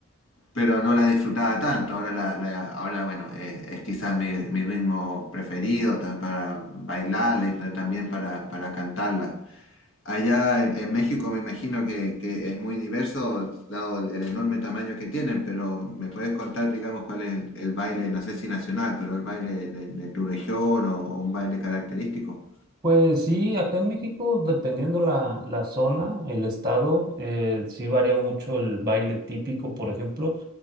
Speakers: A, on the left (about 65°); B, on the right (about 20°).
A: pero no la disfrutaba tanto. Ahora, la, la- ahora bueno, eh, es quizás mi, mi ritmo preferido ta- para bailarla y ta- también para, para cantarla. Allá en, en México me imagino que, que es muy diverso, dado el, el enorme tamaño que tienen, pero ¿me puedes contar, digamos, cuál es el, el baile, no sé si nacional, pero el baile de, de tu región o, o un baile característico?
B: Pues sí, acá en México, dependiendo la, la zona, el estado, eh, sí varía mucho el baile típico, por ejemplo.